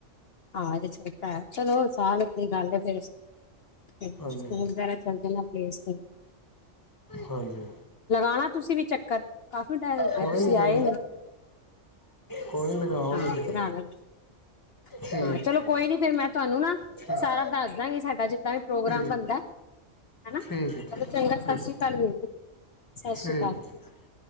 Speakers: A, on the left; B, on the left.
A: ਹਾਂ ਹਜੇ ਛੋਟਾ ਐ, ਚਲੋ ਸਾਹ ਇੱਕ ਦੀ ਗੱਲ ਫਿਰ ਸਕੂਲ
B: ਹਾਂਜੀ
A: ਜ਼ਰਾ ਚਲਦੇ ਨਾ ਪਲੀਸ। <unintelligible>
B: ਹਾਂਜੀ
A: ਲਗਾਣਾ ਤੁਸੀਂ ਵੀ ਚੱਕਰ ਕਾਫ਼ੀ ਟਾਈਮ ਗਿਆ,
B: ਕੋਈ
A: ਤੁਸੀਂ
B: ਨਹੀਂ
A: ਆਏ
B: ਕੋਈ
A: ਨੀ
B: ਕੋਈ ਨੀ, ਲਗਾਓ
A: ਹਾਂ
B: ਲੈ ਠੀਕ
A: ਬਣਾ ਲੈਣਾ
B: ਠੀਕ
A: ਹਾਂ ਚਲੋ ਕੋਈ ਨੀ ਫਿਰ ਮੈਂ ਤੁਹਾਨੂੰ ਨਾ
B: ਠੀਕ
A: ਸਾਰਾ ਦੱਸ ਦਾਂਗੀ ਸਾਡਾ ਜਿੱਦਾਂ ਵੀ ਪ੍ਰੋਗਰਾਮ
B: ਠੀਕ
A: ਬਣਦਾ। ਹਨਾ
B: ਠੀਕ
A: ਚਲੋ
B: ਹੈ ਠੀਕ
A: ਚੰਗਾ ਸਤਿ ਸ਼੍ਰੀ
B: ਠੀਕ,
A: ਅਕਾਲ ਵੀਰ ਜੀ ਸਤਿ
B: ਠੀਕ
A: ਸ਼੍ਰੀ ਅਕਾਲ
B: ਹੈ, ਠੀਕ